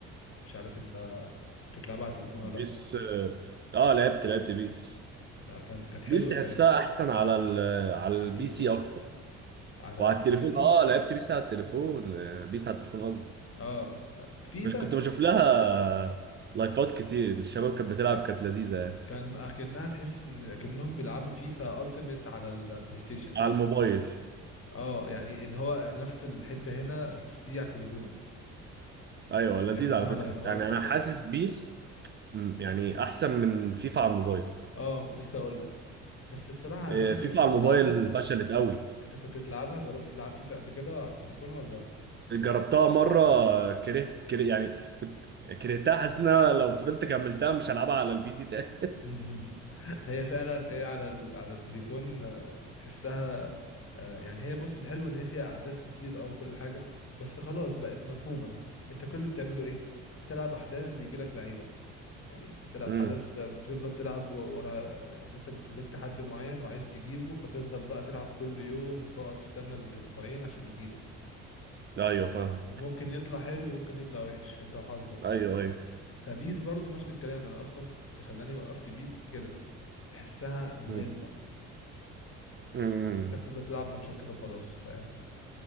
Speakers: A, on the left (about 40°); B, on the right (about 30°).
A: مش عارف انت كنت بتلعبها على التليفون
B: بيس
A: ولا لأ
B: اه آه، لعبت لعبت بيس
A: لا كانت كانت حلوة
B: بيس تحسها
A: ساعتها
B: احسن على ال... على البي
A: على التليفون
B: سي اكتر
A: على
B: وعلى
A: البي
B: التليفون
A: سي
B: اه لعبت بيس على التليفون آه، بيس على التليفون قصدي
A: اه فيفا
B: مش كنت بشوف لها لايفات كتير الشباب كانت بتلعب كانت لذيذة يعني
A: كان أكنها تحس إن أكنهم بيلعبوا فيفا ألتيميت على البلاي ستيشن
B: على الموبايل
A: اه يعني اللي هو نفس الحتة هنا بس دي على التليفون
B: ايوه
A: فبيعملوا
B: لذيذ على
A: لها
B: فكرة
A: لايفات
B: يعني انا
A: وكده
B: حاسس بيس مم، يعني احسن من فيفا على الموبايل
A: اه كنت لسه اقول لك بس الصراحه
B: آه،
A: انا اللي
B: فيفا
A: كنت
B: على الموبايل
A: بلعبها
B: فشلت قوي
A: انت كنت بتلعبها جربت تلعب فيفا قبل كده على التليفون ولا
B: جربتها مرة كرهت كره يعني كنت كرهتها حاسس ان أنا لو فضلت كملتها مش هلعبها على البي سي تاني
A: <laughs> هي فعلا ايه على ال... على التليفون آه، تحسها آه، يعني هي بص الحلو ان هي فيها احداث كتير اه وكل حاجه بس خلاص بقت مفهومه انت كل اللي بتعمله ايه بتلعب احداث بيجي لك لعيبه يعني
B: <laughs>
A: بتلعب
B: امم
A: حدث آه، بتفضل تلعب و- ورا آه، انت بتسلكت حد معين وعايز تجيبه فتفضل بقى تلعب كل يوم وتقعد تستنى بالاسبوعين عشان يجيلك
B: ايوه فاهم
A: وممكن يطلع حلو وممكن يطلع وحش انت وحظك
B: ايوه ايوه
A: فبيس برضو نفس الكلام انا اصلا كنت- اللي خلاني وقفت بيس كده بحسها ممله
B: امم امم
A: انت بتفضل تلعب ماتشات كده خلاص فاهم